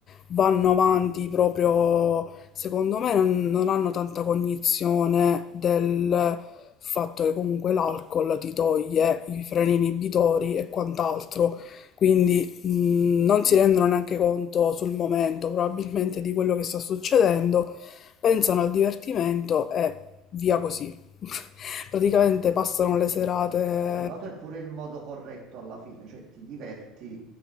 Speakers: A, on the left (about 30°); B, on the right (about 40°).
A: vanno avanti proprio, secondo me, non, non hanno tanta cognizione del fatto che comunque l'alcol ti toglie i freni inibitori e quant'altro. Quindi mh, non si rendono neanche conto sul momento, probabilmente, di quello che sta succedendo, pensano al divertimento e via così. <laughs> Praticamente passano le serate.
B: Da un lato è pure il modo corretto alla fine, cioè ti diverti,